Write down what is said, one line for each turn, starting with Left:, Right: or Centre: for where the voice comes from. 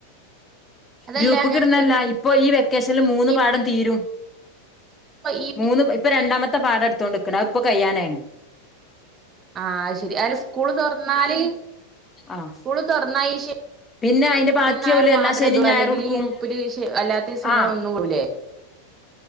Right: അതല്ല
Left: ഗ്രൂപ്പ്ക്കിടുന്നല്ല
Right: ഞാൻ ചോദിക്കണെ
Left: ഇപ്പൊ ഈ വെക്കേഷൻല് മൂന്ന്
Right: ഇപ്പൊ
Left: പാടം തീരും
Right: ഈ
Left: മൂന്ന് ഇപ്പൊ രണ്ടാമത്തെ ത്തെ പാടാ എടുത്തൊണ്ട്ക്കണെ ഇപ്പൊ കയ്യാനായിക്ക്ണ്
Right: ആഹ്ശരി അല്ല സ്കൂള് തൊർന്നാല്
Left: ആഹ്
Right: സ്കൂള് തൊർന്നാ ഈ ശനി
Left: പിന്നെ അയിന്റെ ബാക്കി
Right: ഞായറും
Left: ഓല് എല്ലാ
Right: മാത്രം
Left: ശനിം
Right: ഇടുള്ളു
Left: ഞായറും
Right: അല്ലെങ്കില്
Left: ഇട്ക്കും
Right: ഈ ഗ്രൂപ്പില് അല്ലാത്ത ദിവസങ്ങളൊന്നും
Left: ആഹ്
Right: വിടൂല്ലേ